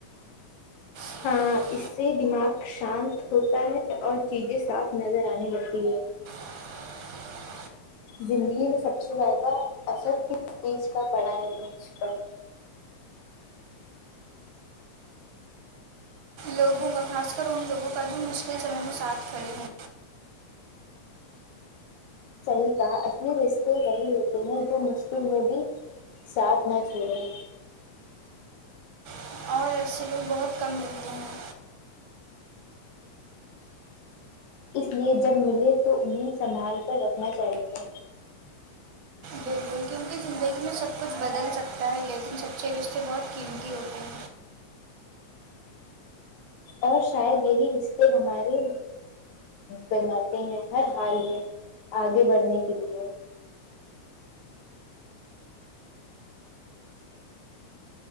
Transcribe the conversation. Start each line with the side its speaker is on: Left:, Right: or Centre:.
Right: ناقابل
Left: ہاں
Right: سماعت
Left: اس سے دماغ شانت ہوتا ہے اور چیزیں صاف نظر آنے لگتی ہے
Right: ناقابل سماعت
Left: زندگی میں سب سے زیادہ اثر کس چیز کا پڑا ہے تمھ پر
Right: لوگوں کا خاص کر ان لوگوں کا جو مشکل سمے میں ساتھڑے ہو
Left: صحیح کہا انے رشتے وہی ہوتے ہیں جو مشکل میں بھی ساتھ نہ چھوڑیں
Right: ہیں اور ای سلوک بہت کم ملتے ہیں
Left: اس لیے جب ملے تو انہیں سنبھال کر رکھنا چاہیے
Right: بالکل کیونکہ زندگی میں سب کچھ بدل سکتا ہے لیکن سچے رشتے بہت قیمتی ہوتے ہیں
Left: اور شاید یہی رشتے ہمارے بناتے ہیں ہر حال میں آگے بڑھنے کے لیے